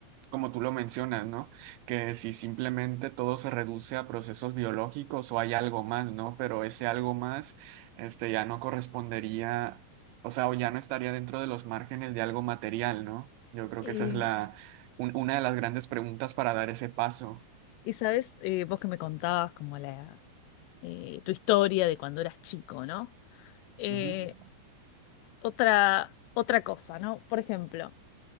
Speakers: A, on the right (about 85°); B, on the left (about 80°).
A: como tú lo mencionas, ¿no? Que si simplemente todo se reduce a procesos biológicos o hay algo más, ¿no? Pero ese algo más, este, ya no correspondería, o sea, o ya no estaría dentro de los márgenes de algo material, ¿no? Yo creo
B: Y,
A: que esa es la, un- una de las grandes preguntas para dar ese paso.
B: y sabes, eh, vos que me contabas como la, eh, tu historia de cuando eras chico, ¿no? Eh,
A: Ujú.
B: otra, otra cosa, ¿no? Por ejemplo,